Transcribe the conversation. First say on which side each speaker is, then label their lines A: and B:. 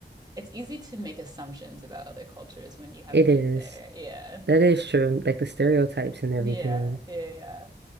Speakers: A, on the right; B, on the right.
A: it's easy to make assumptions about other cultures when you haven't
B: It is.
A: been there. Yeah.
B: That is true. Like the stereotypes and everything.
A: Yeah. Yeah. Yeah.